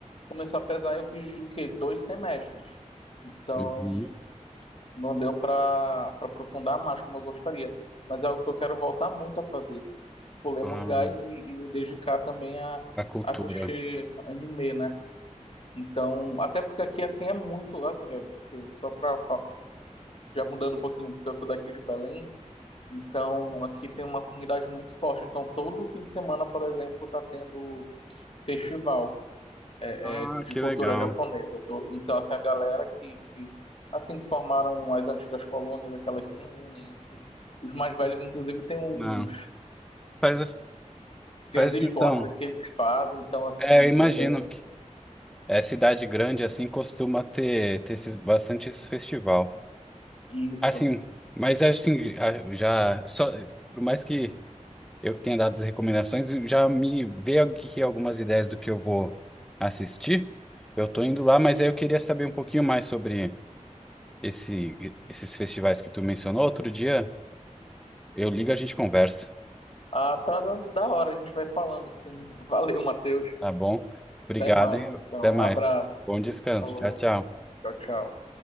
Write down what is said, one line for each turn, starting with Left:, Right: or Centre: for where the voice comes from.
Left: começou a pesar. Eu fiz o quê? Dois semestres. Então,
Centre: Uhum.
Left: não deu para para aprofundar mais como eu gostaria. Mas é algo que eu quero voltar muito a fazer. Tipo, ler
Centre: Ah,
Left: mangá e, me- e me dedicar também a,
Centre: a cultura.
Left: assistir anime, né? Então, até porque aqui, assim, é muito. assim, é, Só para já mudando um pouquinho, porque eu sou daqui de Belém, então aqui tem uma comunidade muito forte. Então todo fim de semana, por exemplo, tá tendo festival é,
Centre: Ah,
Left: de
Centre: que
Left: cultura
Centre: legal.
Left: japonesa. Tô- Então essa é a galera que, que assim que formaram as antigas colônias, é que elas se reúnem, enfim. Os mais velhos, inclusive, tem uns
Centre: Não. Faz,
Left: tem
Centre: faz
Left: uns esportes
Centre: assim, então.
Left: que eles fazem, então assim
Centre: É, eu imagino
Left: é bem
Centre: que é, cidade grande assim costuma ter, ter esses, bastante esse festival.
Left: isso.
Centre: Assim, mas é assim, a- já só, por mais que eu tenha dado as recomendações, já me veio aqui algumas ideias do que eu vou assistir. Eu tô indo lá, mas aí eu queria saber um pouquinho mais sobre. esse, esses festivais que tu mencionou outro dia, eu ligo e a gente conversa,
Left: Ah, tá da da hora, a gente vai falando, sim. Valeu, Matheus.
Centre: tá bom? Obrigado,
Left: Até mais,
Centre: hein?
Left: então.
Centre: Até mais.
Left: Um abraço.
Centre: Bom descanso.
Left: Falou.
Centre: Tchau, tchau.
Left: Tchau, tchau.